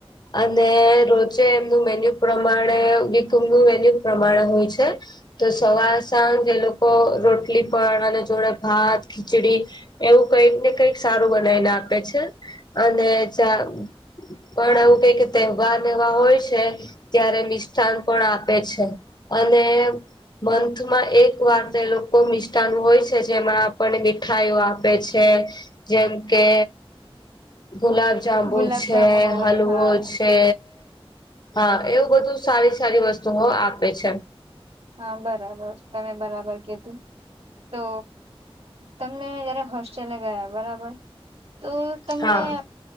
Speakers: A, on the left; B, on the right.
A: અને રોજે એમનું મેન્યુ પ્રમાણે વિકનું મેન્યુ પ્રમાણે હોય છે. તો સવાર સાંજ એ લોકો રોટલી પણ અને જોડે ભાત ખીચડી એવું કઈક ને કંઈક સારું બનાવીને આપે છે. અને ચા પણ એવું કઈ કે તહેવાર એવા હોય છે. ત્યારે મિષ્ઠાન પણ આપે છે અને મંથમાં એક વાર તો એ લોકો મિષ્ઠાન હોય છે જેમાં પણ મીઠાઈઓ આપે છે જેમ કે ગુલાબ જાંબુ
B: ગુલાબ
A: છે,
B: જામુન હોય
A: હલવો
B: હા
A: છે હા એવું બધું સારી સારી વસ્તુઓ આપે છે.
B: હા બરાબર તમે બરાબર કીધું. તો તમે જયારે હોસ્ટેલે ગયા બરાબર તો તમને
A: હા